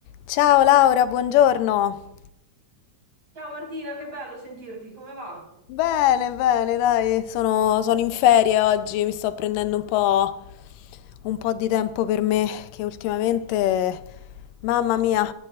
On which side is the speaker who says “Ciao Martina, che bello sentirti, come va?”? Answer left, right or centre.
Right